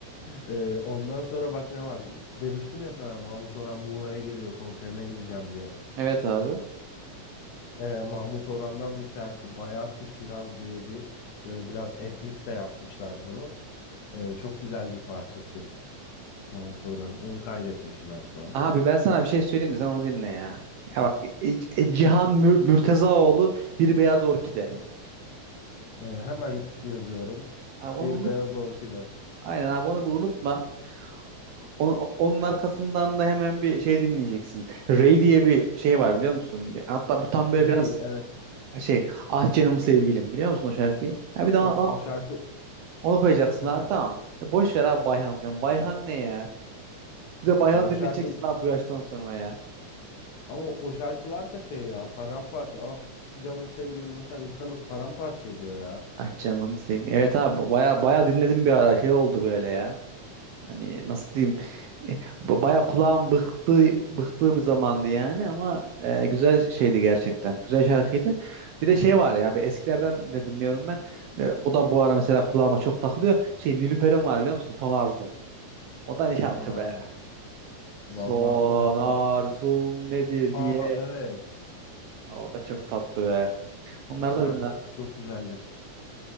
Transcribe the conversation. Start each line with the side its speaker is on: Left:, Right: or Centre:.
Left: Ee, ondan sonra bak ne var. Demiştim ya sana Mahmut Orhan Muğla'ya geliyor konserine gideceğim diye.
Right: Evet abi.
Left: Ee, Mahmut Orhan'dan bir şarkı Bayat-ı Şiraz diye bir böyle biraz etnik de yapmışlar bunu. Ee, çok güzel bir parçası Mahmut Orhan'ın. Onu kaydetmişim en son.
Right: Abi ben sana bir şey söyleyeyim de sen onu dinle ya. Ya bak e- e- Cihan Mür- Mürtezaoğlu Bir Beyaz Orkide.
Left: Ee, hemen yazıyorum.
Right: Abi onu
Left: Bir
Right: unut.
Left: Beyaz Orkide.
Right: Aynen abi onu bir unutma. O- onun arkasından da hemen bir şey dinleyeceksin. Ray diye bir şey var biliyor musun? Bir- Hatta bu tam böyle
Left: Rey
Right: biraz
Left: evet.
Right: şey ah canım sevgilim biliyor musun o şarkıyı? Ha bir de ona-
Left: Of o şarkı.
Right: onu koyacaksın
Left: <laughs> Hı
Right: abi
Left: hı.
Right: tamam. Boş ver abi Bayhan falan. Bayhan ne ya? Bize Bayhan
Left: Ya o
Right: dinleteceksin
Left: şarkı
Right: abi bu yaştan sonra ya.
Left: ama o şarkılar da şey ya paramparça. Ah canım sevgilim mesela insanı paramparça ediyor ya.
Right: Ah canım sevgilim. Evet abi baya baya dinledim bir ara şey oldu böyle ya. Hani nasıl diyeyim e, ba- baya kulağım bıktı bıktığı bir zamandı yani ama e, güzel şeydi gerçekten. Güzel şarkıydı. Bir de şey var ya bir eskilerden de dinliyorum ben. E, o da bu ara mesela kulağıma çok takılıyor. Şey Nilüfer'in var biliyor musun? Son Arzum. O da ne şarkı
Left: Son arzum.
Right: be? Son
Left: Valla
Right: arzum
Left: e,
Right: nedir
Left: aa
Right: diye.
Left: evet.
Right: O da çok tatlı be. Onları
Left: O şarkı
Right: da dinle.
Left: çok güzeldir.